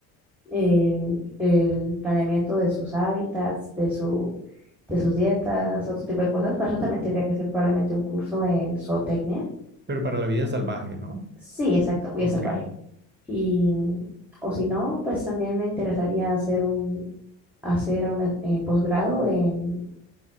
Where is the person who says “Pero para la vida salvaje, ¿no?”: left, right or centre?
Right